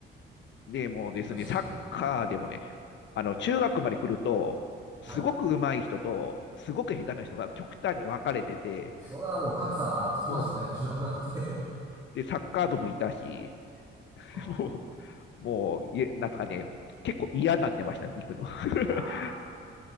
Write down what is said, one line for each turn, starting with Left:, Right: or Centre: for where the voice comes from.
Left: ん。でもですね、
Right: 確かに。
Left: サッカーでもね、あの、中学まで来ると、すごく上手い人と、
Right: はい。
Left: すごく下手な人が極端に分かれてて、
Right: それはもう格差つきますよね、
Left: お
Right: 中学なんて <laughs>
Left: で、サッカー部もいたし、
Right: うん。
Left: <laughs> もう、もう、いなんかね、結構嫌になってましたね、行くの。<laughs>
Right: あ